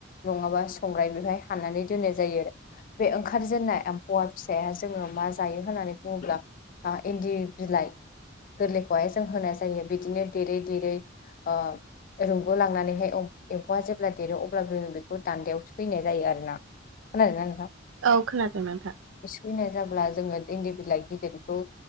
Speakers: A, on the left (about 45°); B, on the right (about 75°).
A: नङाबा संग्राय बेहाय हाननानै दोननाय जायो बे ओंखारजेननाय एम्फौ फिसाया जोङो मा जायो होननानै बुङोब्ला बा इन्दि बिलाइ गोरलैखौहाय जों होनाय जायो बिदिनो देरै देरै ओ रुं ग लांनानैहाय एम्फौआ जेब्ला देरो अब्लाबो जो बेखौ दान्दायाव सैनाय जायो आरोना खोनादोंना नोंथां
B: औ खोनादों नोंथां
A: फिनाय जाब्ला जोङो इन्दि बिलाइ गिदिरखौ